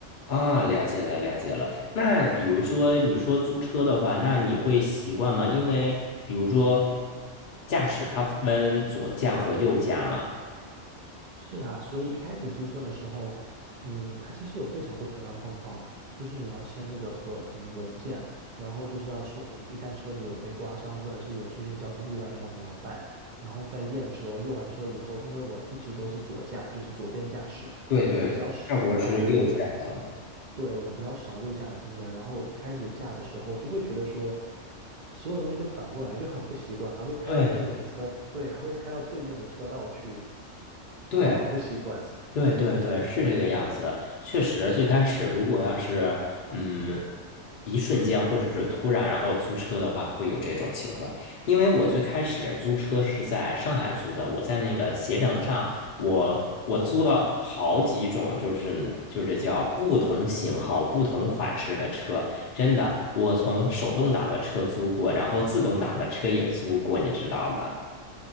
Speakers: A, on the left; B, on the right.
A: 啊，了解了了解了。那比如说你说租车的话，那你会习惯吗？因为比如说驾驶它分左驾和右驾嘛。
B: 是啊，所以一开始租车的时候，嗯，它其实有非常多条条框框，就是你要签那个合同文件，然后就是要说明一旦车子有被刮伤，或者是有出现交通意外，你要怎么办，然后再验车，验完车以后，因为我一直都是左驾，就是左边驾驶，
A: 对对，
B: 我比较少右边，
A: 泰国是右驾了。
B: 对，我比较少右驾的经验，然后一开始驾的时候就会觉得说，所有东西都反过来就很不习惯，还会开到对面的车，
A: 对
B: 对，还会开到对面的车道去，
A: 对
B: 就很不习惯。
A: 对对对，是这个样子。确实，最开始如果要是嗯，一瞬间或者是突然，然后租车的话，会有这种情况。因为我最开始租车是在上海租的，我在那个携程上，我我租了好几种，就是就是叫不同型号、不同款式的车。真的，我从手动挡的车租过，然后自动挡的车也租过，你知道吗？